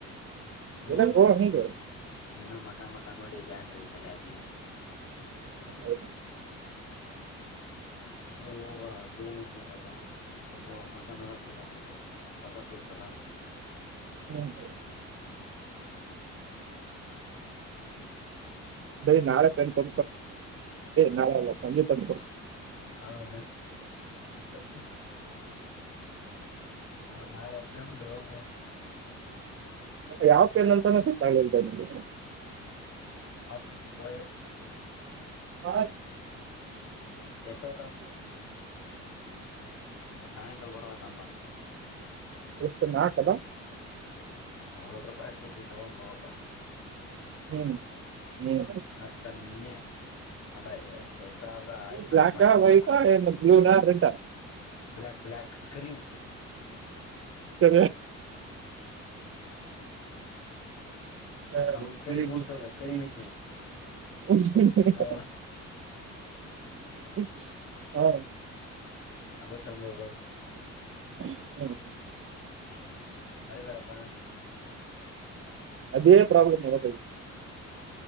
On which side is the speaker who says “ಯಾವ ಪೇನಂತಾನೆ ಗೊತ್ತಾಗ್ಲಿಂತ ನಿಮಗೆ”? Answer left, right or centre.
Right